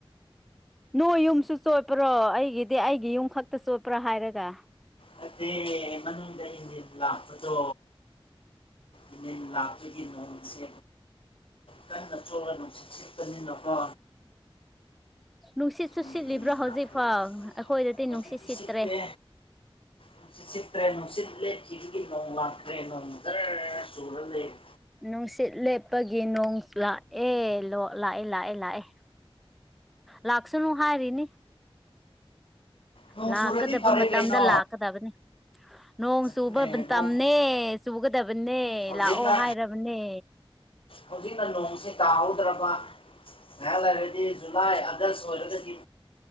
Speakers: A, in the centre; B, on the left (about 65°).
A: ꯅꯣꯏ ꯌꯨꯝꯁꯨ ꯆꯣꯠꯄ꯭ꯔꯣ ꯑꯩꯒꯤꯗꯤ ꯑꯩꯒꯤ ꯌꯨꯝ ꯈꯛꯇ ꯆꯣꯠꯄ꯭ꯔꯥ ꯍꯥꯏꯔꯒ
B: ꯅꯠꯇꯦ ꯃꯅꯨꯡꯗ ꯏꯟꯅꯤꯟ ꯂꯥꯛꯄꯗꯣ ꯏꯅꯤꯟ ꯂꯥꯛꯄꯒꯤ ꯅꯣꯡꯁꯦ ꯀꯟꯅ ꯆꯣꯠꯂ ꯅꯨꯡꯁꯤꯠ ꯁꯤꯠꯄꯅꯤꯅꯀꯣ
A: ꯅꯨꯡꯁꯤꯠꯁꯨ
B: ꯅꯨꯡꯊꯤꯟ
A: ꯁꯤꯠꯂꯤꯕ꯭ꯔꯣ ꯍꯧꯖꯤꯛꯐꯥꯎ
B: ꯂꯥꯛꯄꯒꯤ
A: ꯑꯩꯈꯣꯏꯗꯗꯤ
B: ꯍꯧꯖꯤꯛꯇꯤ
A: ꯅꯨꯡꯁꯤꯠ ꯁꯤꯠꯇ꯭ꯔꯦ
B: ꯁꯤꯠꯇꯦ ꯅꯨꯡꯁꯤꯠ ꯁꯤꯠꯇ꯭ꯔꯦ ꯅꯨꯡꯁꯤꯠ ꯂꯦꯞꯈꯤꯕꯒꯤ ꯅꯣꯡ ꯂꯥꯛꯈ꯭ꯔꯦ ꯅꯣꯡ ꯖꯔ ꯆꯨꯔ ꯂꯩꯔꯦ
A: ꯅꯨꯡꯁꯤꯠ ꯂꯦꯞꯄꯒꯤ ꯅꯣꯡ ꯂꯥꯛꯑꯦ ꯂꯣ ꯂꯥꯛꯑꯦ ꯂꯥꯛꯑꯦ ꯂꯥꯛꯑꯦ ꯂꯥꯛꯁꯅꯨ ꯍꯥꯏꯔꯤꯅꯤ
B: ꯅꯣꯡ
A: ꯂꯥꯛꯀꯗꯕ
B: ꯆꯨꯔꯗꯤ ꯐꯔꯦ
A: ꯃꯇꯝꯗ
B: ꯀꯩꯅꯣ
A: ꯂꯥꯛꯀꯗꯕꯅꯤ ꯅꯣꯡ
B: ꯑꯗꯨꯅꯦ
A: ꯆꯨꯕ ꯕꯟꯇꯝꯅꯦ
B: ꯅꯣꯡ
A: ꯆꯨꯒꯗꯕꯅꯦ
B: ꯍꯧꯖꯤꯛꯅ
A: ꯂꯥꯛꯑꯣ ꯍꯥꯏꯔꯕꯅꯦ
B: ꯍꯧꯖꯤꯛꯅ ꯅꯣꯡꯁꯦ ꯇꯥꯍꯧꯗ꯭ꯔꯕ ꯉꯥꯏꯍꯥꯛ ꯂꯩꯔꯗꯤ ꯖꯨꯂꯥꯏ ꯑꯥꯒꯁ ꯑꯣꯏꯔꯒꯗꯤ